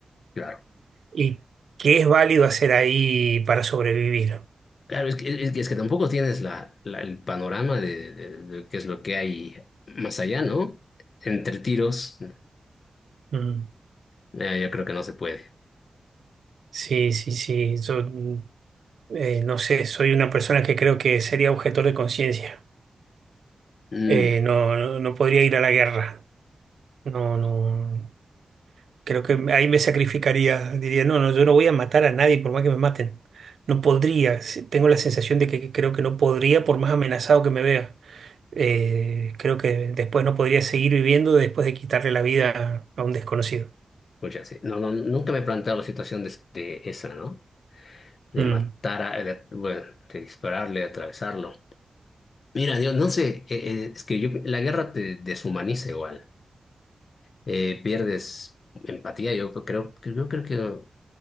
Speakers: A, on the left (about 65°); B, on the right (about 80°).
A: Claro.
B: ¿Y qué es válido hacer ahí para sobrevivir?
A: Claro, es que, es que es que tampoco tienes la, la- el panorama de, de- de qué es lo que hay más allá, ¿no? Entre tiros,
B: Mm.
A: eh, yo creo que no se puede.
B: Sí, sí, sí. Yo mm, eh, no sé, soy una persona que creo que sería objetor de conciencia.
A: Mm.
B: Eh, no, no, no podría ir a la guerra. No, no. Creo que ahí me sacrificaría. Diría, no, no, yo no voy a matar a nadie por más que me maten. No podría. Sí, Tengo la sensación de que que creo que no podría por más amenazado que me vea. Eh, creo que después no podría seguir viviendo después de quitarle la vida a un desconocido.
A: Pues ya sí. No, no, nunca me he planteado la situación de, de esa, ¿no? De
B: Mm,
A: matar, a, de- bueno, de dispararle, de atravesarlo. Mira, Dios, no sé, eh, eh, es que yo, la guerra te deshumaniza igual. Eh, pierdes empatía, yo creo, creo, creo que